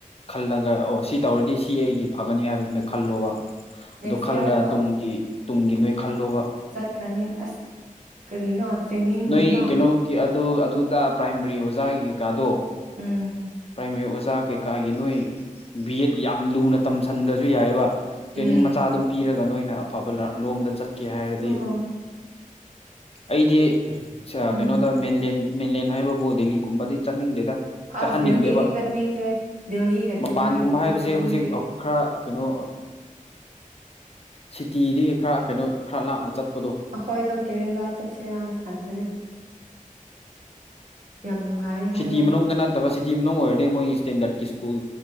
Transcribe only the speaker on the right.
ꯅꯦꯛꯁ
ꯏꯌꯥꯔꯗꯣ
ꯈꯪꯉꯤ ꯑꯁ ꯀꯔꯤꯅꯣ ꯇ꯭ꯔꯦꯅꯤꯡꯒꯨꯝꯕ
ꯎꯝ
ꯎꯝ
ꯎꯝ
ꯎꯝ
ꯑꯁ
ꯗꯦꯜꯂꯤꯗꯤ ꯆꯠꯅꯤꯡꯗꯦ ꯗꯦꯜꯂꯤꯒ
ꯆꯦꯟꯅꯥꯏꯒꯨꯝꯕꯗꯤ
ꯆꯠꯅꯤꯡꯗꯦ
ꯑꯩꯈꯣꯏꯗꯣ ꯀꯦꯔꯦꯂꯥ ꯆꯠꯁꯤꯔꯥꯅ ꯈꯟꯕꯅꯦ ꯌꯥꯝ ꯅꯨꯡꯉꯥꯏꯌꯦ ꯍꯥꯏꯌꯦ